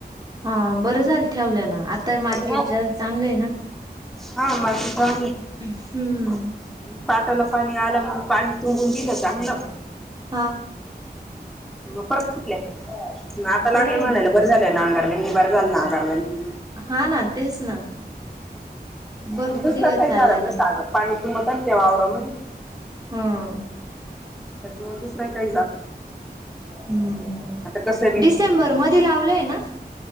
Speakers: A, on the right (about 25°); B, in the centre.
A: हा बरं झाल ठेवल्या ना आताही मार्केट
B: हा
A: जरा चांगलं आहे ना.
B: हा माझ चांगलं हाय.
A: हम्म
B: पाटाला पाणी आलं मग पाणी तुंबून दिलं चांगलं.
A: हा.
B: मग परत फुटल्या म आता लागले
A: बरं आहे
B: म्हणायला
A: ना
B: बरं झालंय ना अंगारले मी, बरं झालं ना अंगारलं मी.
A: हा ना तेच ना भरपूर
B: मी दुसरं
A: दिवस
B: काही
A: चालल्या
B: झालं नसतं
A: ना.
B: अगं पाणी तुंबतन आणि त्या वावरामध्ये
A: हं.
B: त्याच्यामुळे दुसरं काही जा
A: हम्म.
B: कसं बी
A: डिसेंबरमधी लावलंय ना?